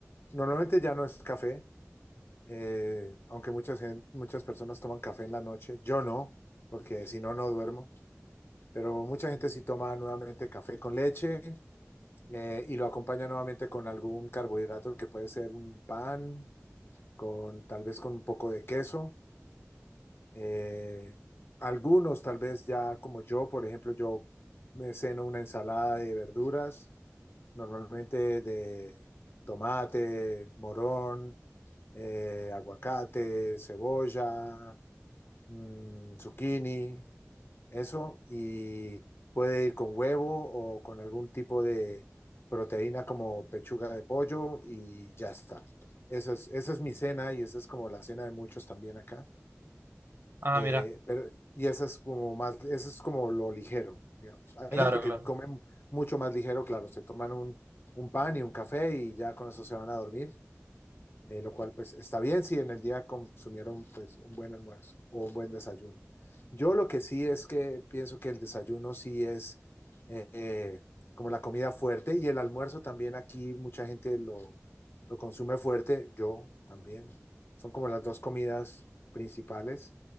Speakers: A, on the left; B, on the right.
A: Normalmente ya no es café, eh, aunque muchas, gen- muchas personas toman café en la noche, yo no, porque si no, no duermo, pero mucha gente sí toma nuevamente café con leche eh, y lo acompaña nuevamente con algún carbohidrato que puede ser un pan con tal vez con un poco de queso. Eh, algunos tal vez ya como yo, por ejemplo, yo me ceno una ensalada de verduras, normalmente de tomate, morón, eh, aguacate, cebolla, mm, zucchini, eso y puede ir con huevo o con algún tipo de proteína como pechuga de pollo y ya está. Esa es, esa es mi cena y esa es como la cena de muchos también acá.
B: Ah,
A: Eh,
B: mira,
A: pero, y esa es como más, eso es como lo ligero, digamos. Hay
B: claro,
A: gente que
B: claro.
A: come mucho más ligero, claro, se toman un, un pan y un café y ya con eso se van a dormir eh, lo cual pues está bien si en el día consumieron pues un buen almuerzo o un buen desayuno. Yo lo que sí es que pienso que el desayuno sí es eh, como la comida fuerte y el almuerzo también aquí mucha gente lo, lo consume fuerte, yo también. Son como las dos comidas principales